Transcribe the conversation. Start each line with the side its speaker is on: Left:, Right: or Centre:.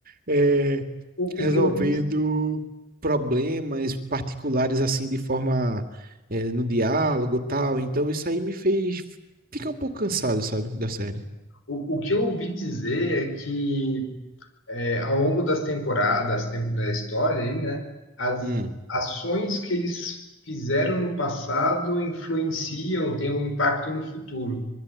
Right: É,
Left: o,
Right: resolvendo
Left: o que eu, ouvi-
Right: problemas particulares assim de forma é, no diálogo e tal. Então isso aí me fez ficar um pouco cansado, sabe, da série.
Left: o, o que eu ouvi dizer é que é, ao longo das temporadas, tem- da história aí, né? As
Right: Hum,
Left: ações que eles fizeram no passado influenciam, têm um impacto no futuro.